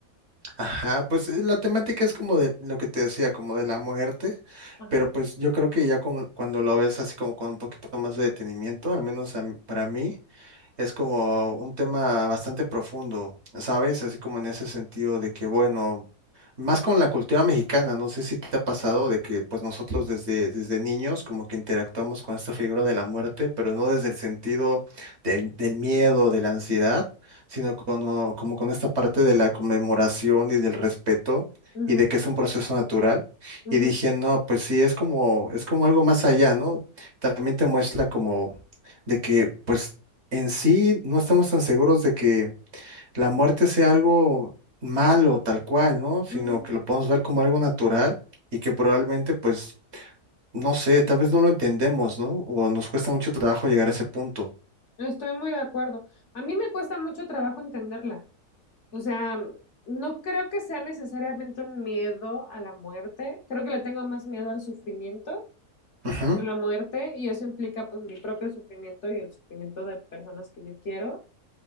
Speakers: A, on the right (about 50°); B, on the left (about 55°).
A: ajá, pues eh, la temática es como de lo que te decía, como de la muerte.
B: Ajá,
A: Pero pues yo creo que ya como cuando lo ves así como con un poquito más de detenimiento, al menos a mí- para mí. es como un tema bastante profundo, ¿sabes? Así como en ese sentido de que, bueno, más con la cultura mexicana, no sé si te ha pasado de que pues nosotros desde, desde niños como que interactuamos con esta figura de la muerte, pero no desde el sentido del, del miedo, de la ansiedad, sino como, como con esta parte de la conmemoración y del respeto.
B: ujú,
A: y de que es un proceso natural.
B: ujú,
A: Y dije, no, pues sí, es como, es como algo más allá, ¿no? También te muestra como de que, pues, en sí no estamos tan seguros de que la muerte sea algo malo tal cual, ¿no? Sino
B: ujú.
A: que lo podemos ver como algo natural y que probablemente, pues, no sé, tal vez no lo entendemos, ¿no? O nos cuesta mucho trabajo llegar a ese punto.
B: Estoy muy de acuerdo. A mí me cuesta mucho trabajo entenderla, o sea, no creo que sea necesariamente un miedo a la muerte, creo que le tengo más miedo al sufrimiento
A: Ujú.
B: con la muerte y eso implica pues mi propio sufrimiento y el sufrimiento de personas que yo quiero.